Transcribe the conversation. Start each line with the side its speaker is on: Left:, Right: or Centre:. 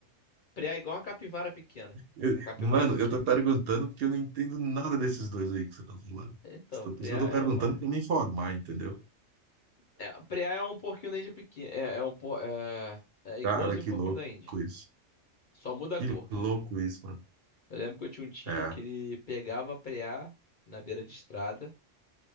Left: Preá é igual uma capivara pequena.
Right: Eu-
Left: A capivara
Right: mano,
Left: pequena.
Right: eu tô perguntando porque eu não entendo nada desses dois aí que você tá falando.
Left: Então,
Right: Então,
Left: preá
Right: Por isso que eu tô
Left: é
Right: perguntando
Left: uma
Right: pra me informar, entendeu?
Left: é, preá é um porquinho da Índia pequeno, é, é um por... é... é igualzinho
Right: Cara, que
Left: um porquinho
Right: louco
Left: da Índia,
Right: isso.
Left: só muda a
Right: Que
Left: cor.
Right: louco isso, mano.
Left: Eu lembro que eu tinha um tio
Right: É.
Left: que ele pegava preá na beira de estrada